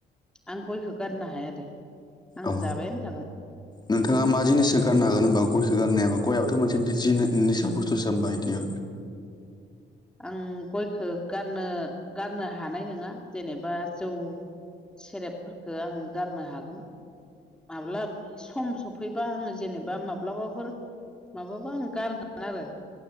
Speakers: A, in the centre; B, on the left.
A: आं गयखो गारनो हाया दे आं
B: औ
A: जाबायानो थागोन
B: नोंथांङा मा जिनिसखो गारनो हागोन होमबा गयखो गारनो हायाबा गयआथ' मोनसे जि निसा बुस्थुसो होनबाय इदि
A: आं गयखो गारनो गारनो हानाय नंङा जेनेबा जौ सेरेपफोरखो आं गारनो हागोन माब्ला सम सफैबा आंङो जेनेबा माब्लाबाफोर माबाबा आं गारगोन आरो